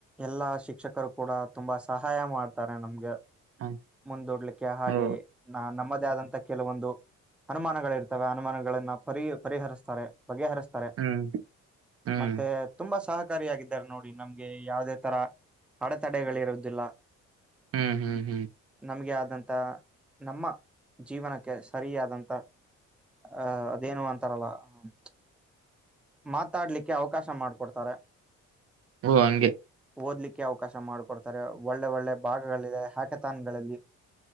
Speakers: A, in the centre; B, on the right.
A: ಎಲ್ಲಾ ಶಿಕ್ಷಕರು ಕೂಡ ತುಂಬಾ ಸಹಾಯ ಮಾಡ್ತಾರೆ ನಮ್ಗೆ
B: ಹ
A: ಮುಂದೂಡ್ಲಿಕ್ಕೆ ಹಾಗೆ
B: ಓ
A: ನ ನಮದ್ ಆದಂತ ಕೆಲವೊಂದು ಅನುಮಾನಗಳ ಇರ್ತವೆ ಅನುಮಾನಗಳನ್ನ ಪರಿ ಪರಿಹರಿಸ್ತಾರೆ ಬಗೆಹರಿಸ್ತಾರೆ
B: ಹ್ಮ್ ಹ್ಮ್
A: ಮತ್ತೆ ತುಂಬಾ ಸಹ ಕಾರಿಯಾಗಿದ್ದಾರೆ ನೋಡಿ ನಮ್ಗೆ ಯಾವುದೇ ತರ ಅಡೆತಡೆಗಳಿರುದಿಲ್ಲ
B: ಹ್ಮ್ ಹ್ಮ್ ಹ್ಮ್
A: ನಮ್ಗೆ ಆದಂತ ನಮ್ಮ ಜೀವನಕ್ಕೆ ಸರಿಯಾದಂತ ಅ ಅದೇನು ಅಂತಾರಲ್ಲ ಹ ಮಾತಾಡ್ಲಿಕ್ಕೆ ಅವಕಾಶ ಮಾಡ್ಕೊಡ್ತಾರೆ
B: ಓ ಅಂಗೆ
A: ಓದ್ಲಿಕ್ಕೆ ಅವಕಾಶ ಮಾಡಕೊಡ್ತಾರೆ ಒಳ್ಳೆ ಒಳ್ಳೆ ಭಾಗಗಳಿದೆ ಹ್ಯಾಕತನ್ಗಳಲ್ಲಿ